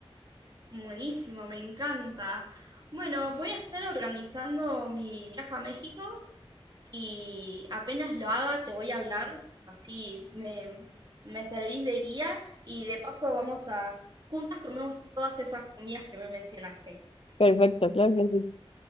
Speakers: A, on the right; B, on the left.
A: Buenísimo, me encanta. Bueno, voy a estar organizando mi viaje a México y apenas lo haga te voy a hablar, así me, me servís de guía y de paso vamos a, juntas comemos todas esas comidas que me mencionaste.
B: <laughs> Perfecto, claro que sí.